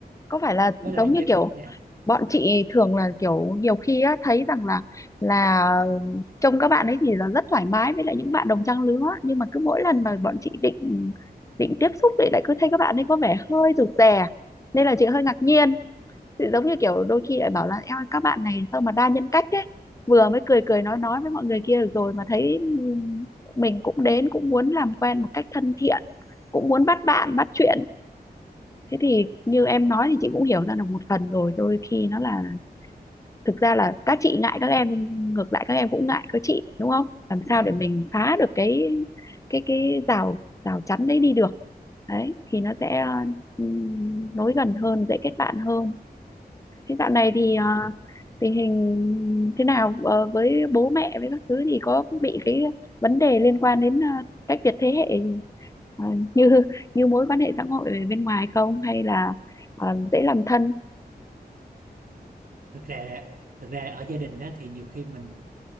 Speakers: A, on the left; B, on the right.
A: Có phải là
B: với lại
A: giống như
B: trên
A: kiểu
B: dạ
A: bọn chị thường là kiểu nhiều khi á, thấy rằng là là trông các bạn ấy thì là rất thoải mái với lại những bạn đồng trang lứa nhưng mà cứ mỗi lần mà bọn chị định định tiếp xúc thì lại cứ thấy các bạn ấy có vẻ hơi rụt rè nên là chị hơi ngạc nhiên thì giống như kiểu đôi khi lại bảo là em ơi, các bạn này sao mà đa nhân cách thế vừa mới cười cười nói nói với mọi người kia được rồi mà thấy ừm, mình cũng đến cũng muốn làm quen một cách thân thiện cũng muốn bắt bạn bắt chuyện thế thì như em nói thì chị cũng hiểu ra được một phần rồi đôi khi nó là thực ra là các chị ngại các em nhưng ngược lại các em cũng ngại các chị đúng không làm
B: dạ
A: sao để mình phá được cái cái cái rào rào chắn đấy đi được đấy thì nó sẽ ừm, nối gần hơn dễ kết bạn hơn Thế dạo này thì ờ,
B: dạ.
A: tình hình thế nào Ờ, với bố mẹ với các thứ thì có bị cái vấn đề liên quan đến ờ, cách biệt thế hệ ờ, như như mối quan hệ xã hội ở bên ngoài không hay là ờ, dễ làm thân?
B: thực ra thực ra ở gia đình á, thì nhiều khi mình